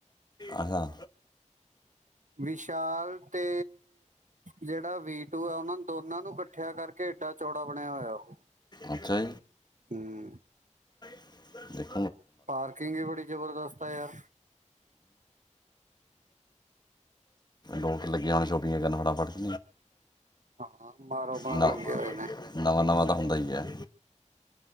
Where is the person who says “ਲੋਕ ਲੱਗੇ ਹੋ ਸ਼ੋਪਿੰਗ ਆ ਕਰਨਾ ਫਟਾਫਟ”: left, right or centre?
Left